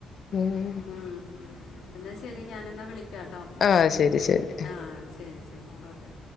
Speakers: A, on the left; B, on the left.
A: ഉം
B: ഉം എന്നാ ശരി ഞാനന്നാ വിളിക്കാട്ടോ
A: ആഹ് ശരി ശരി
B: ആഹ് ശരി ശരി. ഓക്കെ.